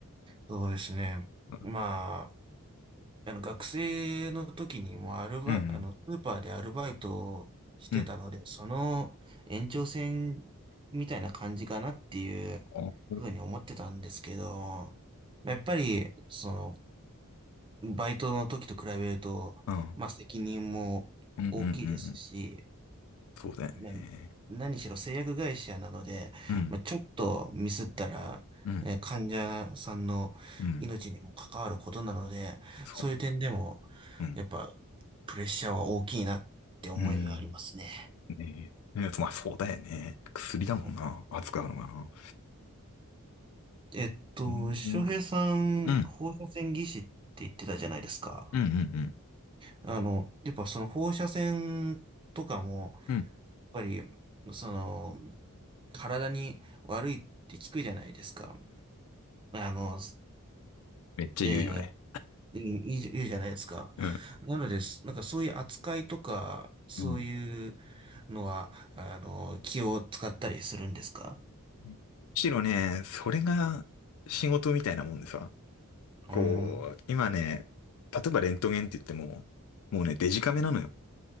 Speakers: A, on the right; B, on the left.
A: そうですね。
B: うん。
A: まあ、あの学生の時にもうアルバイ、
B: うん、
A: あの、スーパーでアルバイトをしてたので、
B: うん。
A: その延長線みたいな感じかなっていう
B: あ
A: ふうに思ってたんですけど、やっぱり、その、バイトの時と比べると、
B: うん。
A: まあ責任も大きいですし、
B: うん、うん、うん。うんそうだよね。
A: まあ、何しろ製薬会社なので、
B: うん、
A: まあ、ちょっとミスったら、
B: うん、
A: えー患者さんの命にも関わることなので、
B: うん。そうね。
A: そういう点でも、
B: うん。
A: やっぱ、プレッシャーは大きいなって思いがありますね。
B: うん。ねえ。ねえまあ、そうだよね。薬だもんな。
A: うん
B: 扱うのがな。
A: えっと、
B: うん。
A: 翔平さん、
B: うん、うん、
A: 放射線技師って言ってたじゃないですか。
B: うん、うん、
A: あの、やっぱその放射線とかも、やっ
B: うん、
A: ぱり、その、体に悪いって聞くじゃないですか。あの、
B: めっちゃ言うよね。
A: ええ、いい、いいじいいじゃないですか。
B: うん。
A: なのです。なんかそういう扱いとか、そういう
B: むうん
A: のは、あの、気を使ったりするんですか
B: むしろね、それが仕事みたいなもんでさ。こう、
A: うーん、
B: 今ね、例えばレントゲンって言っても、もうね、デジカメなのよ。